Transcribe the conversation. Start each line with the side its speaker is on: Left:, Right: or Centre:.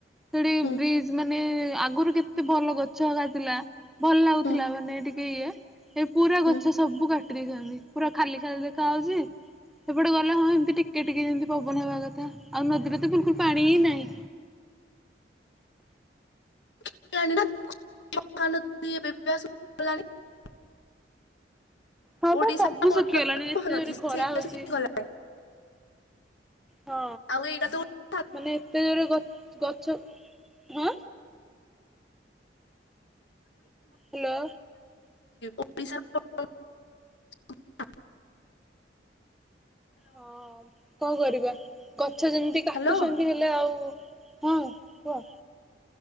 Centre: ସେଠି
Left: ହୁଁ
Centre: ବ୍ରିଜ ମାନେ ଆଗରୁ କେତେ ଭଲ ଗଛ ହେଙ୍କା ଥିଲା। ଭଲ ଲାଗୁଥିଲା
Left: ହୁଁ
Centre: ମାନେ ଟିକେ ଇଏ ଏ ପୁରା
Left: ହୁଁ।
Centre: ଗଛ ସବୁ କାଟି ଦେଇଛନ୍ତି। ପୁରା ଖାଲି ଖାଲି ଦେଖାହଉଛି ସେପଟେ ଗଲେ ହଁ ଏମତି ଟିକେ ଟିକେ ଏମତି ପବନ ହେବା କଥା ଆଉ ନଦୀରେ ତ ବିଲକୁଲ ପାଣି ହି ନାହିଁ।
Left: <unintelligible>
Centre: ହଁ
Left: ଓଡିଶା
Centre: ବା ସବୁ
Left: ବଡ
Centre: ଶୁଖିଗଲାଣି
Left: ମହାନଦୀ
Centre: ଏତେ ଜୋର ରେ ଖରା
Left: ସେଇଟା
Centre: ହଉଛି।
Left: ଶୁଖିଗଲାଣି
Centre: ହଁ
Left: ଆଉ ଏଇଟା ତ
Centre: ମାନେ ଏତେ ଜୋରେ ଗଛ ହଁ। ହ୍ୟାଲୋ।
Left: ଓଡ଼ିଶା। <unintelligible>
Centre: ହଁ କଣ କରିବା ଗଛ ଯେମିତି କାଟୁଛନ୍ତି
Left: ହାଲୋ
Centre: ହେଲେ ଆଉ ହଁ କୁହ?